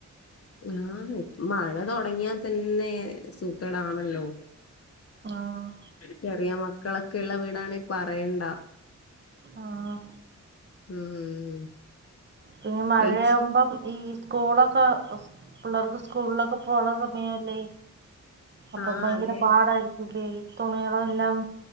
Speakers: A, on the left; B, on the right.
A: ആഹ് മഴ തുടങ്ങിയാ തന്നെ സൂക്കടാണല്ലോ?
B: ആഹ്
A: ചെറിയ മക്കളൊക്കെയുഉള്ള വീടാണേ പറയണ്ട.
B: ആഹ്
A: ഉം
B: പിന്നെ മഴയാകുമ്പം
A: ഏച്ചി
B: ഈ സ്കൂളൊക്കെ പിള്ളേർക്ക് സ്കൂളിലൊക്കെ. യല്ലേ അപ്പൊ
A: ആഹ്
B: ഭയങ്കര
A: അതെ
B: പാടായി. തുണികളെല്ലാം